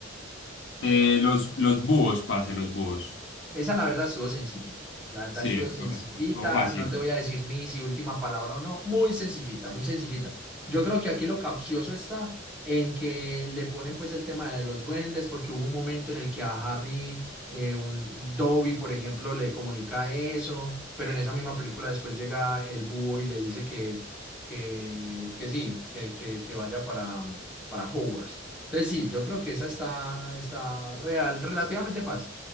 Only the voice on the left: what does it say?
Eh, los, los búhos, parce, los búhos.
Sí,
eso,
eso estuvo fácil.